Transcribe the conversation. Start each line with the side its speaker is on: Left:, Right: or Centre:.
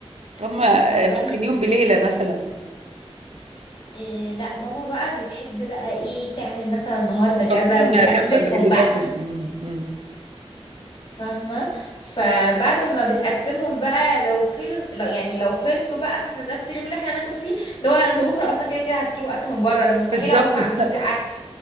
Right: هما
Left: والله
Right: ممكن يوم بليله مثلا
Left: إيه لا ماما بقى بتحب بقى ايه تعمل مثلا النهارده كذا
Right: فصيل
Left: وتقسمهم
Right: ما كم اللي جنب
Left: بقى
Right: مم، مم.
Left: فاهمه فبعد ما بتقسمهم بقى لو خلص لو يعني لو خلصوا بقى في نفس اليوم اللي احنا هناكل فيه لو انتوا بكره اصلا كده كده هتجيبوا اكل من بره انا مستحيل
Right: بالظبط
Left: اقف اعمل
Right: <laughs>
Left: لكم اكل